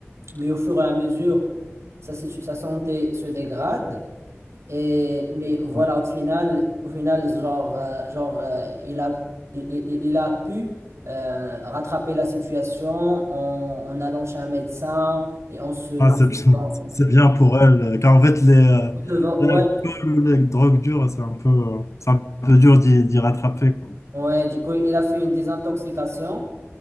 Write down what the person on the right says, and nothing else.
mais au fur et à mesure, sa, situ- sa santé se dégrade. Et, mais voilà,
au final, au final genre, euh, genre euh, il a, il, il- il a pu euh, rattraper la situation en, en allant chez un médecin et en se...
en
se-
Ouais,
ouais, du coup, il a fait une désintoxication